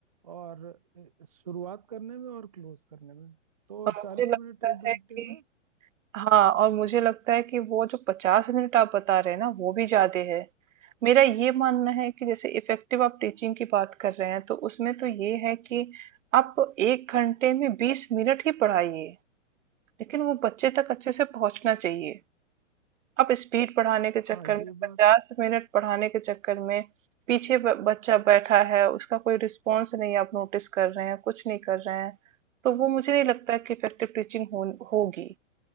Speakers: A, on the right (about 30°); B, on the right (about 80°).
A: और अ, शुरुआत करने में और क्लोज करने में तो
B: और मुझे
A: चालीस
B: लगता
A: मिनट एक घंटे
B: है कि
A: में
B: हाँ और मुझे लगता है कि वो जो पचास मिनट आप बता रहे हैं ना वो भी ज्यादा है मेरा ये मानना है कि जैसे इफेक्टिव आप टीचिंग की बात कर रहे हैं तो उसमें तो ये है कि आप एक घंटे में बीस मिनट ही पढ़ाइए लेकिन वो बच्चे तक अच्छे से पहुंचना चाहिए आप स्पीड बढ़ाने के चक्कर
A: हाँ
B: में
A: ये
B: पचास
A: बात
B: मिनट पढ़ाने के चक्कर में पीछे ब- बच्चा बैठा है उसका कोई रिस्पॉन्स नहीं आप नोटिस कर रहे हैं कुछ नहीं कर रहे हैं तो वो मुझे नहीं लगता कि इफेक्टिव टीचिंग हो, होगी